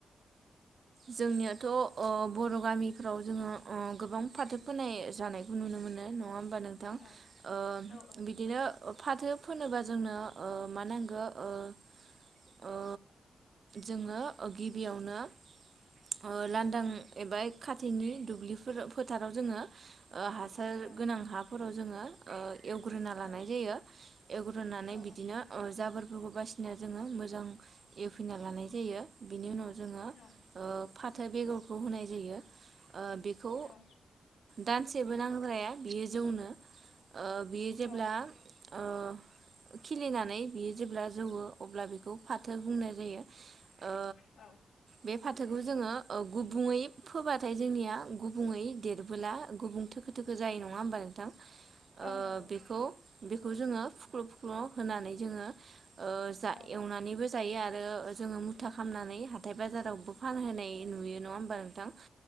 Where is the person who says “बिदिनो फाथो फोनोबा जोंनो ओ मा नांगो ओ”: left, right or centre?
Right